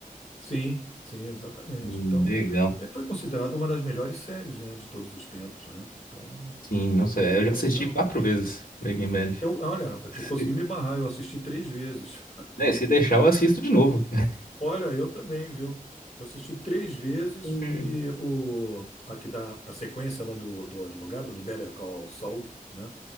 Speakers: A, on the left; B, on the left.
A: Sim, sim, exatamente.
B: Hum,
A: Então,
B: Legal.
A: é, foi considerada uma das melhores séries, né, de todos os tempos, né? Então,
B: Sim, nossa, eu
A: é bem
B: já assisti
A: legal.
B: quatro vezes Breaking Bad.
A: Eu, olha, rapaz, tu conseguiu
B: Se,
A: me barrar, eu assisti três vezes.
B: né, se deixar, eu assisto de novo, cara.
A: Olha, eu também, viu? Eu assisti três vezes
B: Hum.
A: e o aqui da a sequência lá do, do advogado do Better Call Saul, né?